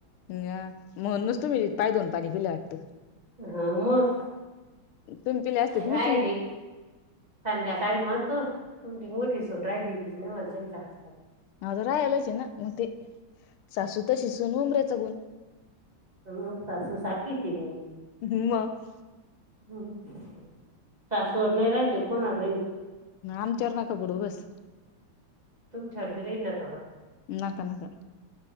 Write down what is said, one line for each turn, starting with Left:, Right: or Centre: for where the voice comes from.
Left: न्या म्हणूनच तुम्ही पाय धून पाणी पिले वाटतं
Right: हा मग
Left: तुम्ही पिले असते तर
Right: राहिली
Left: मी पिईन
Right: संध्याकाळी म तू तुमची मु दिसून राहिली <unintelligible>
Left: हा तर राहायलाच हेना मग ते सासू तशी सून उमऱ्याचा गुण.
Right: म सासू सारखीच हे मी.
Left: मग
Right: हम्म. सासू <unintelligible>
Left: आमच्यावर नका पडु बस.
Right: तुमच्यावर बी राहिनात.
Left: नका, नका.